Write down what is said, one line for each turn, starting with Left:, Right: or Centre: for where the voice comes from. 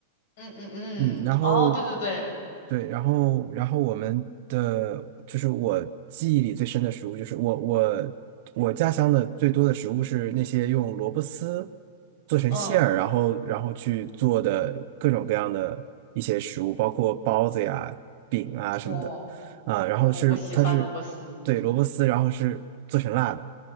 Left: 嗯嗯嗯，
Right: 嗯，然后
Left: 哦，对对对，
Right: 对，然后然后我们的就是我记忆里最深的食物，就是我我我家乡的最多的食物是那些用萝卜丝做成馅儿，
Left: 嗯，
Right: 然后然后去做的各种各样的一些食物，包括包子呀、饼啊什么的，
Left: 我
Right: 啊，然后是它是对萝卜丝，
Left: 我我喜欢萝卜丝。嗯，
Right: 然后是做成辣的，